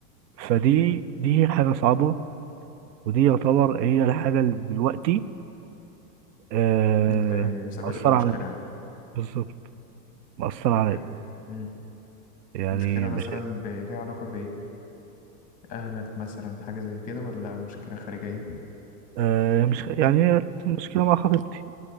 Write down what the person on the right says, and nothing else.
فدي دي حاجه صعبه ودي يعتبر هي الحاجه اللي دلوقتي آه
مأثرة
عليك
بالظبط مأثرة عليك
يعني
مش
آه مش يعني هي مشكله مع خطيبتي